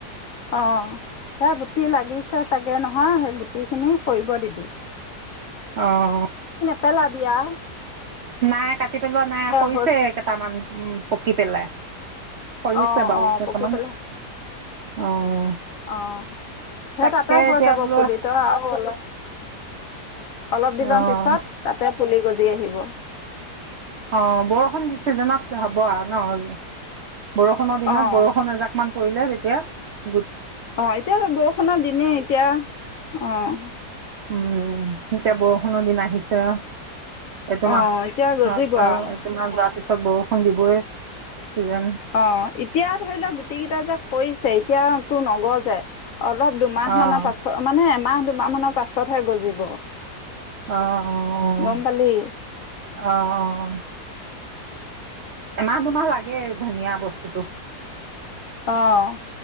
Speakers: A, on the left; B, on the right.
A: অ, সেই গুটি লাগিছে চাগে নহয়? সেই গ গোটেইখিনি কৰিব দিবি।
B: অ ।
A: পেলাবিয়া
B: নাই, কাটি পেলোৱা নাই, হৰিছে
A: হৈছে
B: কেইটামান উম পকি পেলাই। সৰিছে
A: আহ,
B: বাৰু
A: আহ
B: কেইটামান
A: পকি পেলাই,
B: অঁ
A: আহ সেই
B: তাকে
A: তাতে হৈ
B: এতিয়া
A: যাব
B: বোলো
A: পুলি তই আৰু অলপ অলপ দি লম
B: অঁ
A: পিছত তাতে পুলি গজি আহিব।
B: অ বৰষুণ দিছেজনত হ'ব আৰু ন । বৰষুণৰ দিনত
A: অঁ
B: বৰষুণ এজাকমান। কৰিলোৱা তেতিয়া ।
A: অ, এতিয়া বৰষুণৰ দিনেই, এতিয়া অ ।
B: উম, এতিয়া বৰষুণৰ দিন আহিছে। এইটোমাহ।
A: অঁ এতিয়া গজিব
B: <unintelligible>
A: আৰু
B: অটোোমা যোৱাৰ পিছ বৰষুণ দিবই। কিজানি
A: অ, এতিয়া ধৰি লওক গুটি কেইটা যে হৰিচে এতিয়াটো নগজে । অলপ দুমাহ
B: অঁ
A: মানৰ পাছত, মানে এমাহ মাহ মানৰ পাছতহে গজিব।
B: আহ,
A: গম পালি
B: আহ। এমাহ দুমাহ লা গে ধুনীয়া বস্তুটো।
A: অ ।